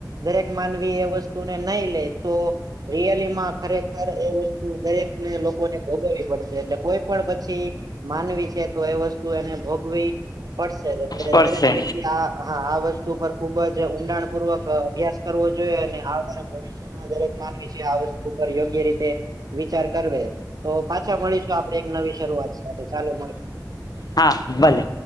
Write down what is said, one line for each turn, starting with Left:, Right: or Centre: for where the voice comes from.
Right: દરેક માનવી એ વસ્તુને નહી લે તો રિયલીમાં ખરેખર એ વસ્તુ દરેકને લોકોને ભોગવવી પડશે એટલે કોઈ પણ પછી માનવી છે તો એ વસ્તુ એને ભોગવી પડશે જ એટલે
Left: પડશે
Right: દરેક વ્યક્તિ આ હા આ વસ્ત વસ્તુ પર ખુબ જ ઊંડાણપૂર્વક અ અભ્યાસ કરવો જોઈએ અને આ બરાબર મા દરેક માનવી છે આ વસ્તુ ઉપર યોગ્ય રીતે વિચાર કરવે તો પાછા મળીશું આપણે એક નવી શરૂઆત સાથે ચાલો મળીએ.
Left: હા ભલે.